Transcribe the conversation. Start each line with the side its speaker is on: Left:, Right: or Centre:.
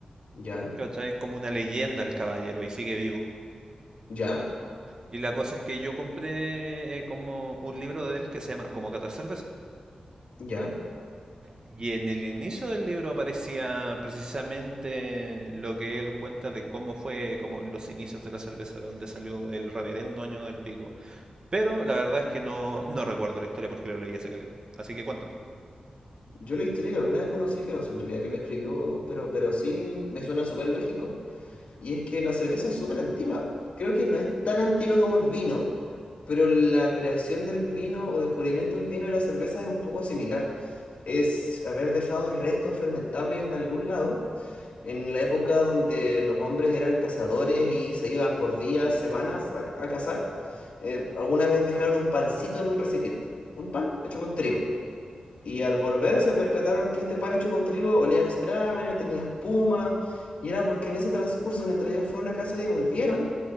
Left: ¿Ya?
Right: ¿Cachai? Es como una leyenda el caballero y sigue vivo.
Left: ¿Ya?
Right: Y la cosa es que yo compré eh, como un libro de él que se llama Como catar cerveza.
Left: ¿Ya?
Right: Y en el inicio del libro aparecía precisamente lo que él cuenta de cómo fue como los inicios de la cerveza, de dónde salió el reverendo año del pico. Pero la verdad es que no, no recuerdo la historia porque lo leí hace caleta. Así que cuéntame.
Left: Yo la historia que alguna vez conocí, que no sé en realidad quién la escribió, pero, pero sí me suena súper lógico, y es que la cerveza es súper antigua. Creo que no es tan antigua como el vino, pero la creación del vino o descubrimiento del vino y la cerveza es un poco similar. Es haber dejado restos fermentables en algún lado en la época donde los hombres eran cazadores y se iban por días, semanas a, a cazar, eh, alguna vez dejaron un pancito en un recipiente, un pan hecho con trigo. Y al volver se percataron que este pan hecho con trigo olía extraño, tenía espuma, y era porque en ese transcurso, mientras ellos fueron a casa y volvieron,